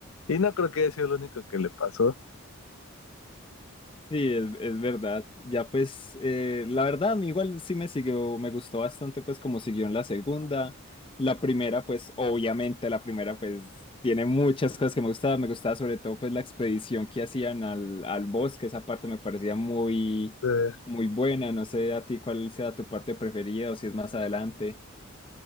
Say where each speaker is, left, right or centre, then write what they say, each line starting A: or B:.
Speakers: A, on the left; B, on the left.
A: Y no creo que haya sido lo único que le pasó.
B: Sí, es, es verdad. Ya pues, eh, la verdad, a mí igual sí me siguió, me gustó bastante pues como siguió en la segunda. La primera, pues obviamente la primera pues tiene muchas cosas que me gustaban. Me gustaba sobre todo pues la expedición que hacían al, al bosque. Esa parte me parecía muy,
A: Eh,
B: muy buena. No sé a ti cuál sea tu parte preferida o si es más adelante.